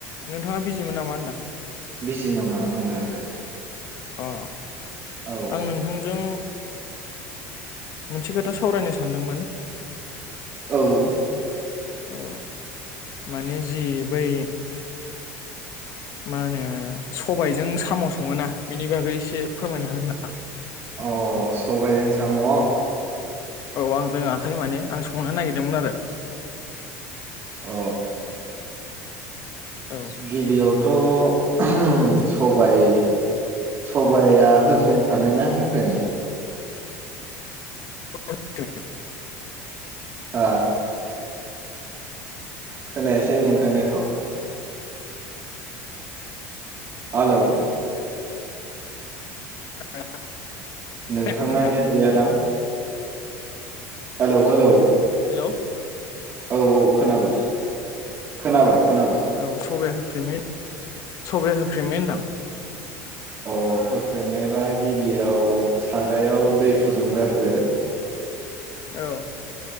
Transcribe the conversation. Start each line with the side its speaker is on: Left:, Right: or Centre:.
Left: नोंथाङा बिजिमोन नामा होनदां?
Right: बिजि नङा नंनायालाय।
Left: अ
Right: औ
Left: आं नोंथांजों मोनसे खोथा सावरायनो सानदोंमोन।
Right: औ
Left: औ माने जि बै मा होनो सबायजों साम' सङोना बेनि बागै एसे फोरमायनो हागोन नामा?
Right: अ सबायजों साम'
Left: औ आं रोङाखै माने आं संनो नागिरदोंमोन आरो।
Right: अ
Left: औ
Right: गिबियाव थ' <unintelligible> सबाय-सबाया होख्रेमखानाय ना होख्रेमि।
Left: <inaudible>
Right: आ खोनायासै नोंथांनिखौ हेल'
Left: <inaudible>
Right: नोंथांना
Left: नोंथां
Right: नेट गैया दां <inaudible> हेलौ हेलौ
Left: हेल'
Right: औ-औ खोनाबाय। खोनाबाय। खोनाबाय
Left: औ सबाया होख्रेमै। सबाया होख्रेमै होनदां।
Right: अ होख्रेमनायबा गिबियाव सारायाव दै फुदुंगोरदो।
Left: औ।